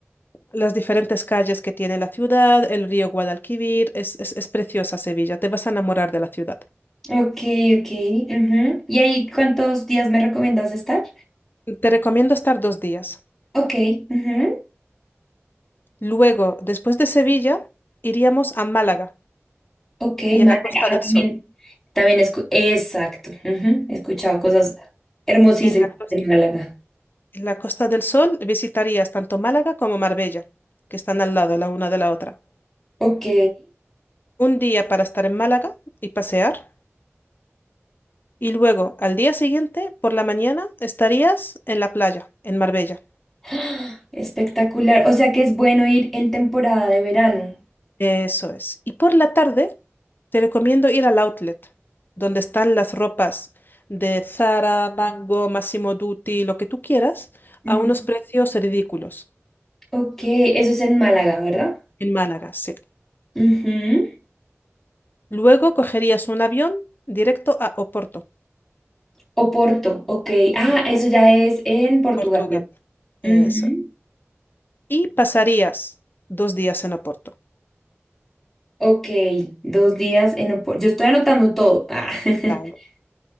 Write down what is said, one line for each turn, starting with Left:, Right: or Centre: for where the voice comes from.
Left: las diferentes calles que tiene la ciudad, el río Guadalquivir, es, es, es preciosa Sevilla, te vas a enamorar de la ciudad.
Centre: Ok, ok. ujú. ¿Y ahí cuántos días me recomiendas estar?
Left: Te recomiendo estar dos días.
Centre: Ok, ujú.
Left: Luego, después de Sevilla, iríamos a Málaga
Centre: Ok,
Left: y
Centre: Málaga.
Left: a la Costa
Centre: Ah,
Left: del
Centre: también,
Left: Sol.
Centre: también escu- exacto. ujú, He escuchado cosas hermosísimas
Left: En la, cos-
Centre: de Málaga.
Left: en la Costa del Sol visitarías tanto Málaga como Marbella, que están al lado la una de la otra.
Centre: Ok.
Left: Un día para estar en Málaga y pasear, y luego al día siguiente, por la mañana, estarías en la playa, en Marbella.
Centre: ¡Ah! Espectacular. O sea que es bueno ir en temporada de verano.
Left: Eso es. Y por la tarde te recomiendo ir al outlet, donde están las ropas de Zara, Mango, Massimo Dutti, lo que tú quieras,
Centre: Ujú.
Left: a unos precios ridículos.
Centre: Ok, eso es en Málaga, ¿verdad?
Left: En Málaga, sí.
Centre: Ujú.
Left: Luego cogerías un avión directo a Oporto,
Centre: O Porto, ok. Ah,
Left: en
Centre: eso ya es en Portugal,
Left: Portugal.
Centre: ¿verdad?
Left: Eso.
Centre: Ujú.
Left: Y pasarías dos días en Oporto.
Centre: Ok, dos días en Oporto. Yo estoy anotando todo. Ah.
Left: vale.
Centre: <laughs>